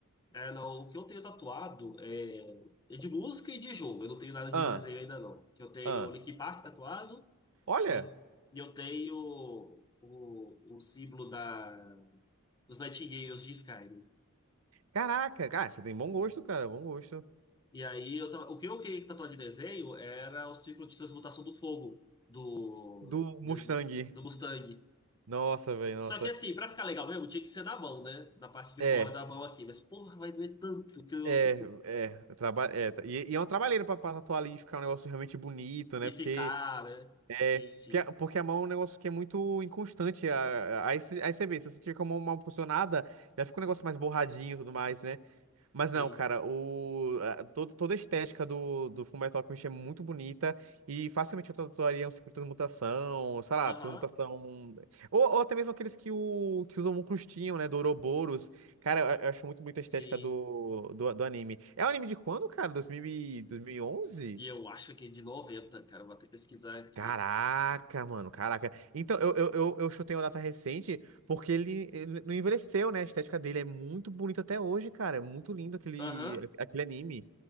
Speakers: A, on the left; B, on the right.
A: É, não, o que eu tenho tatuado é, é de música e de jogo. Eu não tenho nada de
B: Ah,
A: desenho ainda, não. Porque eu tenho
B: ah.
A: o Linkin Park tatuado
B: Olha...
A: e eu, e eu tenho o, o, símbolo da, dos Nightingales de Skyrim.
B: Caraca, cara, você tem bom gosto, cara, bom gosto.
A: E aí, eu, tava- o que eu queria tatuar de desenho era o ciclo de transmutação do fogo do,
B: Do Mustang.
A: de- do, do Mustang.
B: Nossa, velho,
A: Só
B: nossa.
A: que assim, pra ficar legal mesmo, tinha que ser na mão, né? Na parte de
B: É,
A: fora da mão aqui. Mas, porra, vai doer tanto que eu
B: é,
A: fico...
B: é. eu Traba é tá- e, e é uma trabalheira pra pra tatuar ali e ficar um negócio realmente bonito, né?
A: E
B: Porque
A: ficar, né?
B: é.
A: Sim, sim,
B: Porque, a- porque a mão é um negócio que é muito inconstante. a- a- Aí, você- aí você vê, se você tiver com a mão mal posicionada, já fica um negócio mais borradinho e tudo mais, né? Mas
A: sim.
B: não, cara, o, a- todo- toda a estética do, do Fullmetal Alchemist é muito bonita e facilmente eu tatuaria um ciclo de transmutação, sei lá,
A: Aham,
B: transmutação. Ou, ou até mesmo aqueles que, o, que os homúnculos tinham, né, do Ouroboros. Cara, eu, eu acho muito bonita
A: sim.
B: a estética do, do, do anime. É um anime de quando, cara? 2000, e- dois mil e onze
A: E eu acho que é de noventa cara. Vou até pesquisar aqui.
B: Caraca, mano, caraca. Então, eu, eu, eu, eu chutei uma data recente porque ele, ele não envelheceu, né? A estética dele é muito bonita até hoje, cara. É muito lindo aquele,
A: Aham,
B: aquele anime.